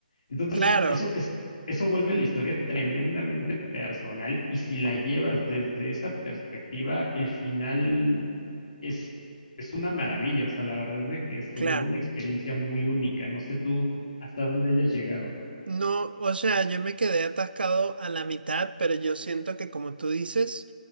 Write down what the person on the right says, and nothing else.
claro,
claro.
No, o sea, yo me quedé atascado a la mitad, pero yo siento que como tú dices,